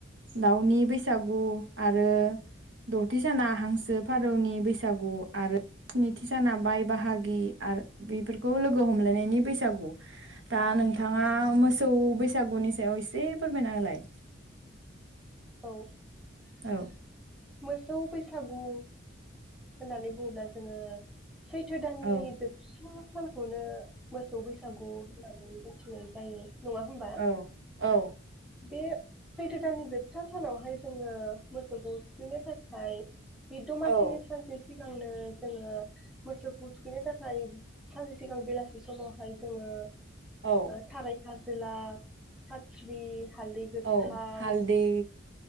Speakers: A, on the right; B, in the centre.
A: दाउनि बैसागु आ रो दथि साना हांसो फारौनि बैसागु आरो स्निथि साना बाय बाहागि आरो बेफोरखौ लोगो हमलायनायनि बैसागु दा नोंथाङा मोसौ बैसागुनि सायाव एसे फोरमायना होलाय?
B: औ
A: औ
B: मोसौ बैसागु होननानै बुङोब्ला जोङो। सैथो दाननि
A: औ
B: जोबथा सानखौनो मोसौ बैसागु होननानै <inaudible> होनाय जायो। नङा होमबा
A: औ औ
B: बे सैथो दाननि जोबथा सानावहाय जोङो मोसौखौ थुखैनो थाखाय बि दमासिनि
A: औ
B: सान सिगांनो जोङो मोसौखौ थुखैनो थाखाय सानसे सिगां बेलासि समावहाय जोङो
A: औ
B: ओ थारै आसेला <inaudible> खाथ्रि हालदै गोथां
A: औ हालदै